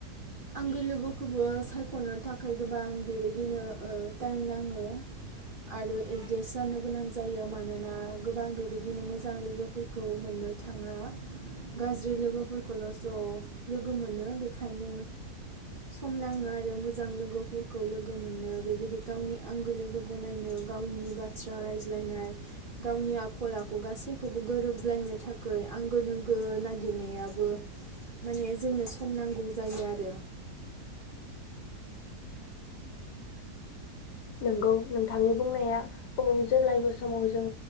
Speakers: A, on the right (about 55°); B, on the left (about 80°).
A: आंगो लोगोखौबो सायख'नो थाखाय गोबां बेबायदिनो ओ टाइम नाङो। आरो एडजासट जानो गोनां जायो। मानोना गोबां बेबायदिनो मोजां लोगो फोरखौ मोननो थाङा। गाज्रि लोगोफोरखौल' ज' लोगो मोनो बेखायनो सम नाङो आरो मोजां लोगोफोरखौ लोगो मोननो, बेबायदि गावनि आंगो लोगो बनायनो। गावनि बाथ्रा रायज्लायनाय गावनि आखल आखु गासैखौबो गोरोबज्लायनो थाखै आंगो लोगो नागिरनायाबो माने जोंनो सम नांगौ जायो आरो।
B: नंगौ नोंथांनि बुंनाया औ जेब्लायबो समाव जों